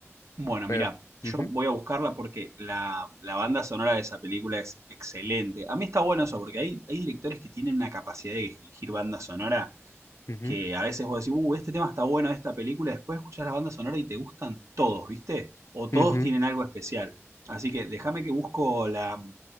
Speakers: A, on the right; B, on the left.
A: Bueno,
B: Pero,
A: mira,
B: ujú,
A: yo voy a buscarla porque la, la banda sonora de esa película es excelente. A mí está bueno eso porque hay, hay directores que tienen una capacidad de elegir banda sonora
B: ujú,
A: que a veces vos decís, uh, este tema está bueno de esta película, después escuchás la banda sonora y te gustan todos, ¿viste? O todos
B: ujú,
A: tienen algo especial. Así que déjame que busco la, mm,